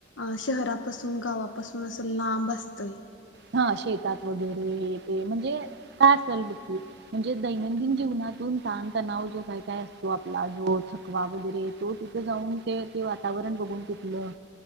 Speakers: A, on the left; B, on the right.
A: अ शहरापासून गावापासून असं लांब असतय.
B: हा शेतात वगैरे ते म्हणजे काय असाल बघ म्हणजे दैनंदिन जीवनातून ताणतणाव जो काय काय असतो आपला जो थकवा वगैरे तो तिथे जाऊन ते ते वातावरण बघून तिथलं